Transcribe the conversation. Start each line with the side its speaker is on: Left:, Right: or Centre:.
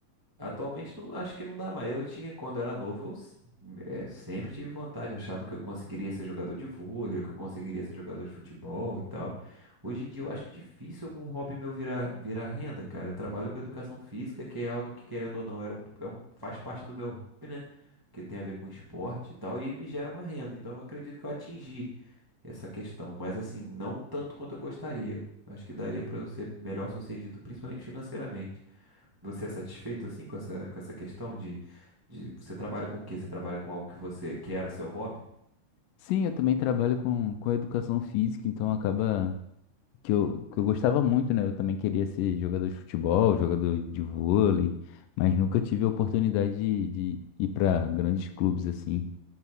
Right: Atualmente não, acho que não dá mais. Eu tinha, quando era novo, eu s- eh, sempre tive vontade, achava que eu conseguiria ser jogador de vôlei, que eu conseguiria ser jogador de futebol e tal. Hoje em dia eu acho difícil algum hobby meu virar, virar renda, cara. Eu trabalho com educação física, que é algo que, querendo ou não, era um, é um, faz parte do meu hobby, né? Que tem a ver com esporte e tal, e me gera uma renda. Então eu acredito que eu atingi essa questão, mas assim, não tanto quanto eu gostaria. Acho que daria pra eu ser melhor sucedido, principalmente financeiramente. Você é satisfeito assim com essa, com essa questão de, de você trabalha com o quê? Você trabalha com algo que você que era seu hobby?
Left: Sim, eu também trabalho com, com educação física, então acaba que eu, que eu gostava muito, né? Eu também queria ser jogador de futebol, jogador de vôlei, mas nunca tive a oportunidade de, de ir para grandes clubes assim,